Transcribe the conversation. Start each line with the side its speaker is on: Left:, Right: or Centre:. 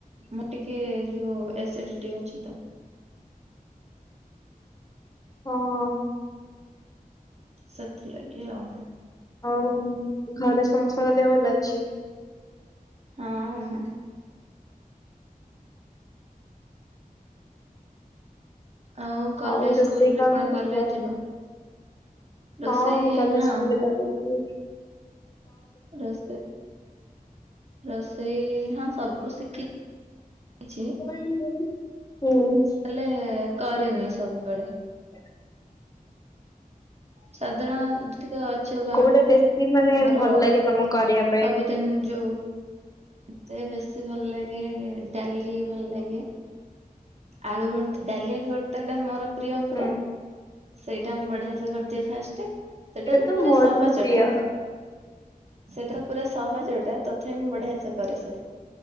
Right: ମୋର ଟିକେ ଯୋଉ ଏସିଡିଟି ଅଛି ତ।
Left: ହଁ।
Right: ସେଥିଲାଗି ଆଉ।
Left: ଆଉ ଘରେ ସମସ୍ତଙ୍କ ଦେହ ଭଲ ଅଛି।
Right: ଆଁ। ଆଉ କଲେଜ
Left: ହଉ ରୋଷେଇ
Right: ଖୋଲିଲେ
Left: <unintelligible>
Right: ପୁଣି କଲେଜ ଯିବ ରୋଷେଇ
Left: ହଁ କଲେଜକୁ
Right: ହଁ
Left: କଲେଜ ଯିବି।
Right: ରୋଷେଇ ରୋଷେଇ ହଁ ସବୁ ଶିଖି କିଛି।
Left: ହୁଁ।
Right: ହେଲେ କରେନି ସବୁବେଳେ।
Left: ଆଉ
Right: ସାଧାରଣ ଯେ ଟିକେ ଅଛ ବା
Left: ଗୋଟେ ଵେଶୀଵ୍ ମାନେ
Right: ଆମର
Left: ଭଲ ଲାଗେ ତମକୁ କରିବା ପାଇଁ?
Right: ସବୁଦିନ ଯୋଉ। ମୋତେ ବେଶୀ ଭଲ ଲାଗେ ଡାଲି ଭଲ ଲାଗେ। ଆଳୁ ଭର୍ତା ଡାଲିଆଳୁ ଭର୍ତା ଟା ମୋର ପ୍ରିୟ ପୁରା
Left: ହୁଁ
Right: ସେଇଟା ମୁଁ ବଢିଆ ସେ କରିଦିଏ ଫାଷ୍ଟ ସେଇଟା ବି
Left: ତ
Right: ପୁରା
Left: ମୋର
Right: ସହଜଟେ।
Left: ବି ପ୍ରିୟ ହଁ
Right: ସେଥର ପୁରା ସହଜ ଟା ତଥାପି ମୁଁ ବଢିଆ ସେ କରେ ସେ